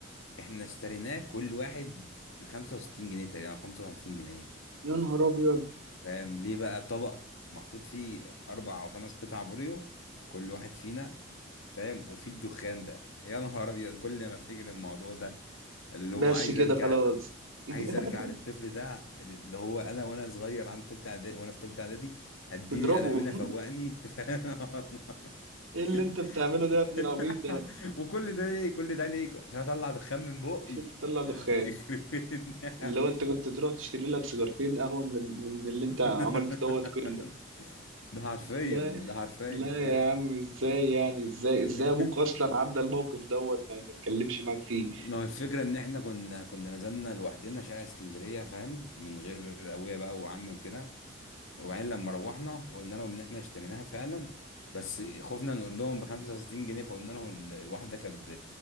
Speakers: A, on the left; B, on the right.
A: احنا اشتريناه كل واحد ب 65 جنيه تقريبا أو 55 جنيه
B: يا نهار ابيض
A: فاهم ليه بقى طبق محطوط فيه اربع او خمس قطع بوريو كل واحد فينا فاهم وفي الدخان ده يا نهار ابيض كل ما افتكر الموضوع ده اللي
B: بس
A: هو عايز
B: كده
A: ارجع
B: خلاص <laughs>
A: عايز ارجع للطفل ده اللي هو انا وانا صغير عن تالتة اعدادي وانا في تالتة اعدادي اديلي
B: تضربه
A: قلمنا فوقني <laughs> فاهم والله.
B: <laughs> ايه اللي انت
A: <laughs>
B: بتعمله ده يا ابن العبيط
A: وكل ده ليه كل ده ليه عشان اطلع دخان من بقي
B: عشان تطلع دخان
A: يعني يخرب بيتنا
B: اللي هو انت كنت تروح تشتري لك سيجارتين قهوة من, من من اللي انت
A: <laughs>
B: عملته دوت كله
A: ده حرفيا
B: لا
A: ده حرفيا
B: لا يا عم ازاي يعني ازاي
A: <laughs>
B: ازاي ابوك اصلا عدى الموقف دوت ما ما اتكلمش معاك فيه
A: ما هو الفكرة إن إحنا كنا كنا نزلنا لوحدنا شارع اسكندرية فاهم من غير أبويا بقى وعمي وكده وبعدين لما روحنا قلنا لهم إن إحنا اشتريناها فعلا بس خفنا نقول لهم ب 65 جنيه فقلنا لهم ال- الواحدة كانت